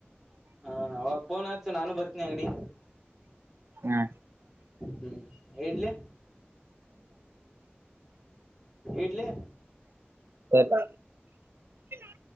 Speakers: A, in the centre; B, on the right.
A: ಹಾ ಅವ ಪೋನ್ ಆಸು ನಾನು ಬರ್ತೀನಿ ಅಂಗಡಿ.
B: ಹಾ
A: ಹ್ಮ್ ಇಡ್ಲಿ. ಇಡ್ಲಿ.
B: ಸ <inaudible>